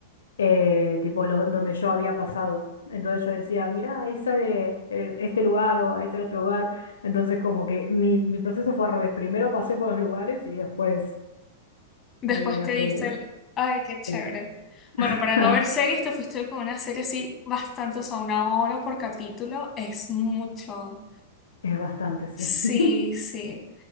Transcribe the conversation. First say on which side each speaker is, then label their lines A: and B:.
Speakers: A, on the left (about 75°); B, on the left (about 25°).
A: eh, tipo, lo- donde yo había pasado. Entonces yo decía, mira, ahí sale eh, este lugar o ahí sale otro lugar. Entonces, como que mi, mi proceso fue al revés. Primero pasé por los lugares y después
B: Después
A: Vida
B: te
A: serie,
B: dice el, ay, qué chévere.
A: sí. <laughs>
B: Bueno, para no ver series, te fuiste con una serie así bastante, o sea, una hora por capítulo, es mucho.
A: Es bastante, sí.
B: Sí,
A: <laughs>
B: sí.